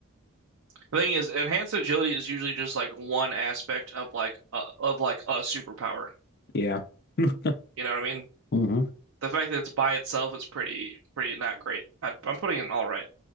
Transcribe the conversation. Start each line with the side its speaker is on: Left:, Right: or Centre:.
Right: The thing is, enhanced agility is usually just like one aspect of like a, of like a superpower.
Left: Yeah. <laughs>
Right: You know what I mean?
Left: hmm
Right: The fact that it's by itself is pretty pretty not great. I, I'm putting it in all right.